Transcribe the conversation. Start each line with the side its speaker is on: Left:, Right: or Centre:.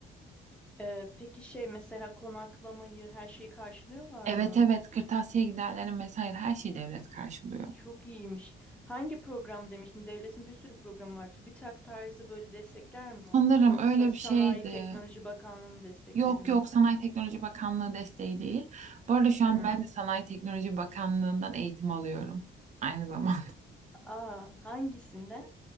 Centre: Ee, peki şey mesela konaklamayı her şeyi karşılıyorlar
Right: Evet
Centre: mı?
Right: evet kırtasiye giderlerim vesaire her şeyi devlet karşılıyor.
Centre: Çok iyiymiş. Hangi program demiştin? Devletin bir sürü programı var. TÜBİTAK tarzı böyle destekler mi? o?
Right: Sanırım
Centre: Yoksa
Right: öyle
Centre: Sanayi
Right: bir şeydi.
Centre: Teknoloji Bakanlığı'nın destekleri
Right: Yok
Centre: mi?
Right: yok Sanayi Teknoloji Bakanlığı desteği değil. Bu arada
Centre: Hı.
Right: şu an ben de Sanayi Teknoloji Bakanlığı'ndan eğitim alıyorum. Aynı zamanda.
Centre: Aa, hangisinden?